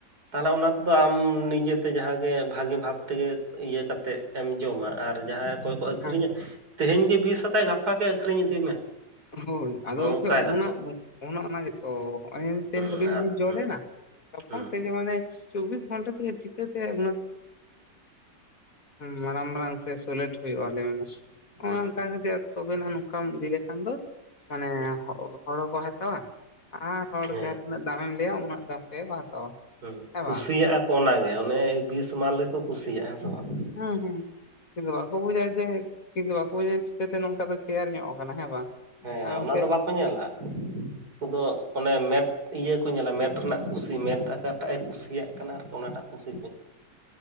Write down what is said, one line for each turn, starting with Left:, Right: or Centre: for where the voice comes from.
Right: ᱛᱟᱦᱚᱞᱮ ᱚᱱᱟ ᱠᱚᱫᱚ ᱟᱢ ᱱᱤᱡᱮᱛᱮ ᱡᱟᱦᱟᱸᱜᱮ ᱵᱷᱟᱜᱮ ᱵᱷᱟᱵ ᱛᱮᱜᱮ ᱤᱭᱟᱹ ᱠᱟᱛᱮᱫ ᱮᱢ ᱡᱚᱢᱟ ᱟᱨ ᱡᱟᱦᱟᱸᱭ ᱚᱠᱚᱭ ᱠᱚ ᱟᱹᱷᱨᱤᱧᱟ
Left: ᱦᱮᱸ
Right: ᱛᱮᱦᱤᱧ ᱜᱮ ᱵᱤᱥ ᱦᱟᱛᱟᱣ ᱢᱮ ᱜᱟᱯᱟᱜ ᱜᱮ ᱟᱹᱠᱷᱨᱤᱧ ᱤᱫᱤ ᱢᱮ᱾
Left: ᱦᱳᱭ ᱟᱫᱚ
Right: ᱚᱱᱮ
Left: ᱜᱚᱢᱠᱮ
Right: ᱚᱱᱠᱟᱭ ᱫᱟᱠᱚ
Left: ᱚᱱᱟ ᱚᱱᱟ ᱚᱱᱟᱜᱮᱛᱚ ᱛᱮᱦᱮᱸᱧ
Right: ᱦᱩᱸ
Left: ᱦᱩᱰᱤᱧ ᱦᱩᱰᱤᱧ
Right: ᱟᱨ
Left: ᱡᱚᱞᱮᱱᱟ
Right: ᱦᱩᱸ
Left: ᱜᱟᱯᱟ
Right: ᱦᱩᱸ
Left: ᱛᱮᱜᱮ ᱢᱟᱱᱮ ᱪᱚᱵᱽᱵᱤᱥ ᱜᱷᱚᱱᱴᱟ ᱛᱮᱜᱮ ᱪᱤᱠᱟᱹᱛᱮ ᱩᱱᱟᱹᱜ ᱢᱟᱨᱟᱝ ᱢᱟᱨᱟᱝ ᱥᱮ ᱥᱩᱞᱮᱴ ᱦᱩᱭᱩᱜᱼᱟ ᱞᱟᱹᱭᱢᱮ ᱢᱟ᱾ ᱱᱚᱜᱼ
Right: ᱦᱩᱸ
Left: ᱱᱚᱝᱠᱟ ᱠᱟᱛᱮ ᱛᱚᱵᱮᱱᱟ ᱱᱚᱝᱠᱟᱢ ᱤᱫᱤ ᱞᱮᱠᱷᱟᱱ ᱫᱚ ᱢᱟᱱᱮ
Right: ᱦᱩᱸ
Left: ᱦᱚᱲᱠᱚ ᱦᱟᱛᱟᱣᱟ ᱟᱨ ᱦᱚᱲ
Right: ᱦᱮᱸ
Left: ᱡᱟᱦᱟᱸ ᱛᱤᱱᱟᱹᱜ ᱫᱟᱢᱮᱢ ᱞᱟᱹᱭᱟ ᱩᱱᱟᱹᱜ ᱫᱟᱢ ᱛᱮᱜᱮ ᱠᱚ ᱦᱟᱛᱟᱣᱟ᱾
Right: ᱦᱩᱸ
Left: ᱦᱮᱸ
Right: ᱠᱩᱥᱤᱭᱟᱜᱼᱟ
Left: ᱵᱟᱝ
Right: ᱠᱚ ᱚᱱᱟᱜᱮ ᱚᱱᱮ ᱵᱤᱥ ᱢᱟᱞ ᱜᱮᱠᱚ ᱠᱩᱥᱤᱭᱟᱜᱼᱟ ᱦᱮᱸ ᱥᱮ ᱵᱟᱝ
Left: ᱦᱩᱸ ᱦᱩᱸ ᱠᱤᱱᱛᱩ ᱵᱟᱠᱚ ᱵᱩᱡᱟ ᱡᱮ ᱠᱤᱱᱛᱩ ᱵᱟᱠᱚ ᱵᱩᱡᱟ ᱪᱤᱠᱟᱹᱛᱮ ᱱᱚᱝᱠᱟ ᱫᱚ ᱛᱮᱭᱟᱨ ᱧᱚᱜ ᱟᱠᱟᱱᱟ ᱦᱮᱸ ᱵᱟᱝ
Right: ᱦᱮᱸ
Left: ᱟᱨ ᱚᱱᱛᱮ
Right: ᱚᱱᱟ ᱫᱚ ᱵᱟᱠᱚ ᱧᱮᱞᱟ ᱱᱩᱠᱩ ᱫᱚ ᱚᱱᱮ ᱢᱮᱫ ᱤᱭᱟᱹ ᱠᱚ ᱧᱮᱞᱟ ᱢᱮᱸᱫ ᱨᱮᱱᱟᱜ ᱠᱩᱥᱤ ᱢᱮᱸᱫ ᱚᱠᱟᱴᱟᱜ ᱮ ᱠᱩᱥᱤᱭᱟᱜ ᱠᱟᱱᱟ ᱟᱨᱠᱤ ᱚᱱᱟᱴᱟᱜ ᱠᱩᱥᱤ᱾